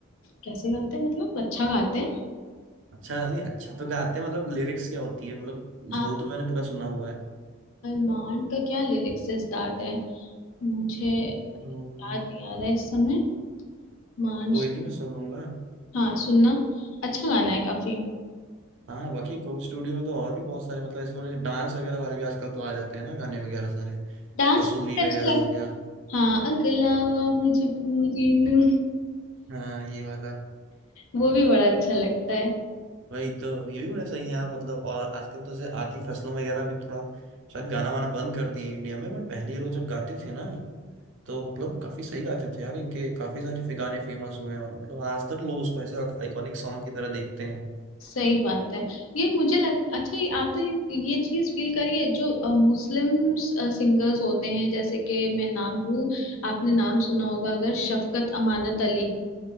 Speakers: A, on the left; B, on the right.
A: कैसे गाते हैं मतलब अच्छा गाते हैं
B: अच्छा नहीं अच्छा तो गाते हैं मतलब लिरिक्स क्या होती है मतलब
A: आ,
B: झोल तो मैंने पूरा सुना हुआ है
A: मान का क्या लिरिक्स से स्टार्ट है मुझे
B: हम्म,
A: याद नहीं आ रहा है इस समय मान
B: कोई नहीं मैं सुन लूंगा
A: हाँ सुनना अच्छा गाना है काफी
B: हाँ बाकी कोक स्टूडियो में तो और भी बहुत सारे मतलब ऐसे थोड़े डांस वगैरह वाले भी आजकल तो आ जाते हैं ना गाने वगैरह सारे
A: डांस
B: कसूरी
A: मुझे
B: वगैरह
A: अच्छा
B: हो
A: लग
B: गया
A: हाँ अगलावा मजबूरी नू
B: हाँ ये वाला
A: वो भी बड़ा अच्छा लगता है
B: वही तो ये भी बड़ा सही है यार मतलब और आजकल तो जैसे आतिफ असलम वगैरह भी थोड़ा शायद गाना वाना बंद कर दिए इंडिया में बट पहले ये लोग जब गाते थे ना तो मतलब काफी सही गाते थे यार इनके काफी सारे फि- गाने फेमस हुए हैं और मतलब आज तक लोग उसको ऐसे आइकॉनिक सॉन्ग की तरह देखते हैं
A: सही बात है ये मुझे लग अच्छा ये आपने ये चीज फील करी है जो मुस्लिम सिंगर्स होते हैं जैसे कि मैं नाम लूं आपने नाम सुना होगा अगर शफकत अमानत अली